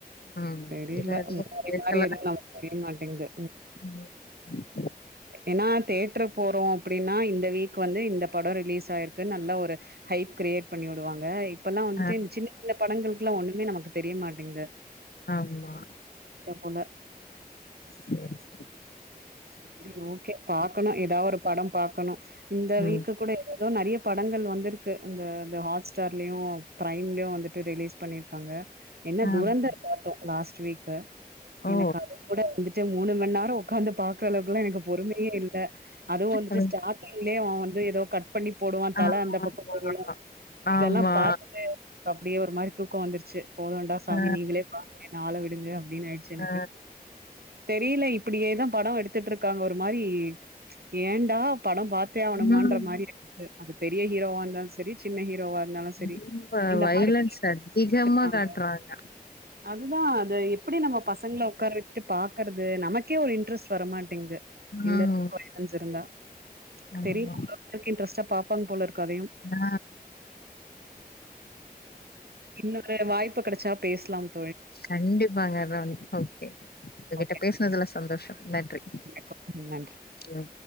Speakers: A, on the left (about 80°); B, on the right (about 75°).
A: ம்
B: தெரிய்ல
A: இது அதிக
B: முந்தி
A: பேசல
B: மாரி எதுவு நமக்கு தெரிய மாட்டேங்து
A: <unintelligible>
B: ஏன்னா தேட்டர் போறோ அப்டின்னா இந்த வீக் வந்து இந்த படோ ரிலீஸ் ஆயிருக்னு நல்ல ஒரு ஹைப் கிரேயேட் பண்ணி விடுவாங்க இப்பெல்லா வந்துட்டு
A: ஆ
B: இந்த சின்னச்சின்ன படங்களுக்குலா ஒண்ணமே நமக்கு தெரியமாட்டேங்து
A: ஆம்மா
B: போல
A: சேரிசெரி
B: சரி ஓகே பாக்கணு ஏதாவ ஒரு படோ பாக்கணு இந்த
A: ம்
B: வீக்குக்கூட ஏதோ <unintelligible> நிறையா படங்கள் வந்திருக்கு அந்த ந்த ஹாட்ஸ்டார்லையு பிரைம்லையு வந்துட்டு ரிலீஸ் பண்ணிர்க்காங்க என்ன
A: ஆமா
B: தூரந்தர் பாத்தோ லாஸ்ட் ட்சுவீக்க
A: ஓ
B: எனக்கு அது கூட வந்துட் <unintelligible> மூணுமண் நேரொ உக்காந்து பாத் க்குர அளவுக்கலா எனக்கு பொறுமையே இல்ல அதுவு வந்துட்டு
A: அது
B: ஸ்டாட்டிங் ஏ அவ வந்து ஏதோ கட் பண்ணி போடுவா தல
A: ஆமா
B: அந்த பக்கோ போய் விலோ இதெல்லா
A: ஆமா
B: பாத்துட்டு அப்டியே ஒரு மாரி தூக்கோ வந்துருச்சு போதுண்டா சாமி
A: ஆ
B: நீங்களே பாருங்கனு ஆள விடுங்க அப்டின்னு ஆயிடுச்சு எனக்கு
A: ஆ
B: தெரியல இப்டி ஏ தா படோ எடுத் ஒரு மாரி ஏண்டா படம் பாத்தே ஆவணுமா
A: ம்
B: இன்ற மாரி இருக்கு அது பெரிய ஹீரோவான்தாஸ் சேரி சின்ன ஹீரோவா இருந்தாலு சரி
A: ரொம்ப
B: இந்த
A: வைலன்ஸ்
B: மாரி
A: அதிகமா
B: இருக்காங்க
A: காட்டுறாங்க
B: அதுதா இத எப்டி நம்ம பசங்கள உக்கார வேக் ட்டு பாக்குறது நமக்கே ஒரு இன்ட்ரெஸ்ட் வரமாட்டேங்குது இந்த
A: ம்
B: அளவுகு வைலன்ஸ் இருந்தா
A: ஆமா
B: தெரியல அந்த அளவுக்கு இன்ட்ரெஸ்ட்டா பாப் பாங் போலருக் கதையு
A: ஆ
B: இன்னொரு வாய்ப் <unintelligible> கெடைச்சா பேச்லான்
A: கண்டிப்பாங்க ராணி ஓகே உங்ககிட்ட
B: ஓகே.
A: பேசுனதுல சந்தோஷோ ந்ந ட்ரை
B: வணக்கம். நன்றி.
A: உ